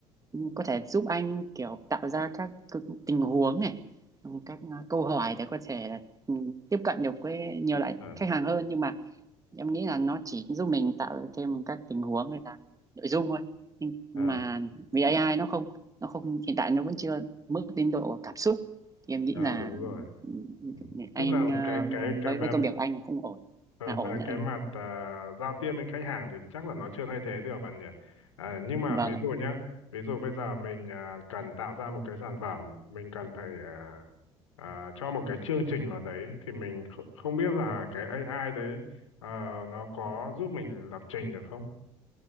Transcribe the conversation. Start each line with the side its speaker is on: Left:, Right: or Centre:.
Right: có thể giúp anh kiểu tạo ra các cái tình huống này các à, câu hỏi để có thể là ừ, tiếp cận được với nhiều loại
Left: ờ,
Right: khách hàng hơn nhưng mà em nghĩ là nó chỉ giúp mình tạo thêm các tình huống hay là nội dung thôi nhưng
Left: ờ,
Right: mà vì AI nó không nó không hiện tại nó vẫn chưa mức đến độ cảm xúc thì em nghĩ
Left: ờ,
Right: là
Left: đúng rồi.
Right: ừ, anh
Left: Tức là
Right: ờ,
Left: cái cái cái
Right: với với
Left: về
Right: công việc của anh là không ổn
Left: Ờ,
Right: là ổn
Left: về
Right: đấy
Left: cái
Right: anh
Left: mặt
Right: ạ
Left: à, giao tiếp với khách hàng thì chắc là nó chưa thay thế được bạn nhỉ. À, nhưng mà
Right: vâng
Left: ví
Right: ạ.
Left: dụ nhá, ví dụ bây giờ mình à, cần tạo ra một cái sản phẩm, mình cần phải à, à, cho một cái chương trình vào đấy thì mình kh- không biết là cái AI đấy ờ, nó có giúp mình lập trình được không?